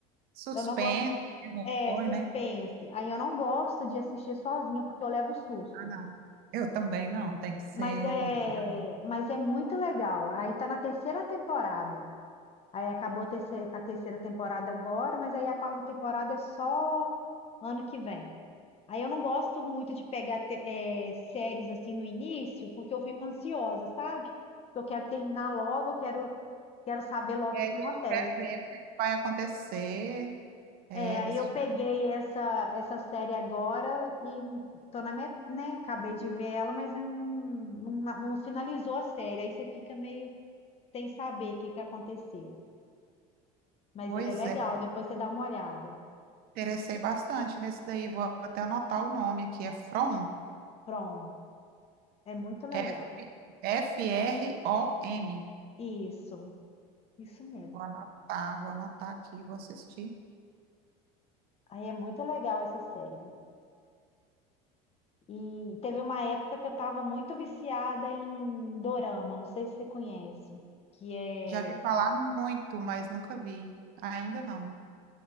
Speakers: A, on the right; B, on the left.
A: Suspense,
B: Eu não gosto,
A: terror,
B: é, suspense.
A: né?
B: Aí eu não gosto de assistir sozinha porque eu levo susto.
A: Ah, não. Eu também não, tem que ser
B: Mas é,
A: acompanhado.
B: mas é muito legal. Aí tá na terceira temporada. Aí acabou a terceira, a terceira temporada agora, mas aí a quarta temporada é só ano que vem. Aí eu não gosto muito de pegar te- eh, séries assim no início, porque eu fico ansiosa, sabe? Eu quero terminar logo, eu quero, quero saber logo
A: É,
B: o que
A: a gente
B: que acontece.
A: quer ver o que é que vai acontecer. É,
B: É, aí
A: desse...
B: eu
A: jeito.
B: peguei essa, essa série agora e tô na minha, né, acabei de ver ela, mas eu não, não, não finalizou a série. Aí você fica meio sem saber o que que aconteceu. Mas
A: Pois
B: ele é legal,
A: é,
B: depois você dá uma olhada.
A: interessei bastante nesse daí. Vou até anotar o nome aqui. É From,
B: Pronto, é muito legal.
A: F, F-R-O-M.
B: Isso, isso mesmo.
A: Vou anotar, vou anotar aqui, vou assistir.
B: Aí é muito legal essa série. E teve uma época que eu estava muito viciada em dorama, não sei se você conhece, que é,
A: Já vi falar
B: é,
A: muito, mas nunca vi. Ainda não.